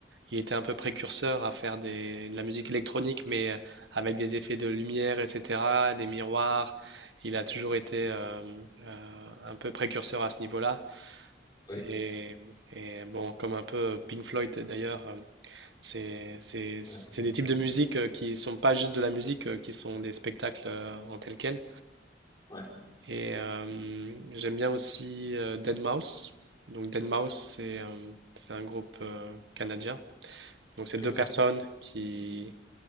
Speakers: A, on the right; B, on the left.
A: il était un peu précurseur à faire des- de la musique électronique, mais euh, avec des effets de lumière, etc., des miroirs. Il a toujours été euh, euh, un peu précurseur à ce niveau-là.
B: oui.
A: Et, et bon, comme un peu Pink Floyd d'ailleurs, euh, c'est, c'est, c'est
B: Ouais, ok. ok.
A: des types de musique euh, qui sont pas juste de la musique, euh, qui sont des spectacles euh, en tel quel.
B: Ouais.
A: Et euh, j'aime bien aussi euh, deadmau5. Donc deadmau5, c'est euh, c'est un groupe euh, canadien. Donc c'est deux
B: D'accord.
A: personnes qui,